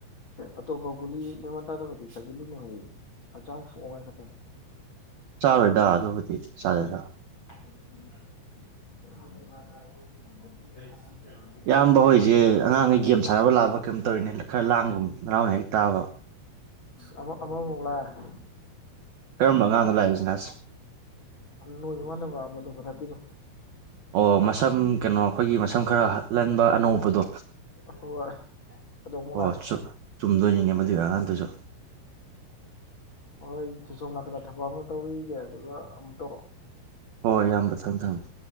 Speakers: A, on the left; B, on the right.
A: ꯑꯇꯣꯞꯄ ꯒꯨꯂꯤ ꯃꯃꯥꯟ ꯇꯥꯗꯕꯗꯤ ꯆꯖꯤꯜꯂꯨꯅꯨꯍꯦ ꯍꯌꯦꯡ ꯍꯛꯆꯥꯡ ꯁꯣꯛꯉꯥꯏ ꯈꯛꯇꯪ
B: ꯆꯥꯔꯣꯏꯗ ꯑꯗꯨꯕꯨꯗꯤ ꯆꯥꯗꯦꯗ
A: <inaudible>
B: ꯏꯌꯥꯝꯕ ꯍꯣꯏꯁꯦ
A: ꯍꯣꯏꯅꯦ
B: ꯑꯉꯥꯡꯈꯩ ꯒꯦꯝ ꯁꯥꯟꯅꯕ ꯂꯥꯛꯕ ꯀꯩꯝ ꯇꯧꯔꯤꯅꯦ ꯈꯔ ꯂꯥꯡꯒꯨꯝꯕ ꯍꯔꯥꯎꯅ ꯇꯥꯕ
A: ꯑꯃ ꯑꯃꯃꯨꯛ ꯂꯥꯛꯑꯦ
B: ꯀꯔꯝꯕ ꯑꯉꯥꯡꯅꯣ ꯂꯥꯛꯏꯖꯤꯅ ꯑꯁ
A: ꯅꯣꯏ ꯋꯥꯗ ꯃꯥ ꯃꯗꯨ ꯐꯊ ꯀꯤꯗꯣ <inaudible>
B: ꯑꯣ ꯃꯁꯝ ꯀꯩꯅꯣ ꯑꯩꯈꯣꯏꯒꯤ ꯃꯁꯝ ꯈꯔ ꯂꯟꯕ ꯑꯅꯣꯛ ꯎꯞꯄꯗꯣ
A: ꯍꯣꯏ ꯑꯗꯨ ꯃꯨꯛ
B: ꯑꯣ
A: ꯂꯥꯛꯑꯦ
B: ꯆꯨꯝꯗꯣꯏꯅꯤꯅꯦ ꯃꯗꯨꯏ ꯑꯉꯥꯡꯗꯨꯁꯨ
A: ꯍꯣꯏ ꯖꯨ ꯁꯣꯝ ꯅꯥꯀꯟꯗ ꯊꯕꯛ ꯑꯃ ꯇꯧꯔꯨꯒꯤꯒꯦ ꯑꯗꯨꯒ ꯑꯃꯨꯛ ꯇꯧꯔꯛꯑꯣ
B: ꯍꯣꯏ ꯏꯌꯥꯝꯕ ꯊꯝ ꯊꯝꯃꯦ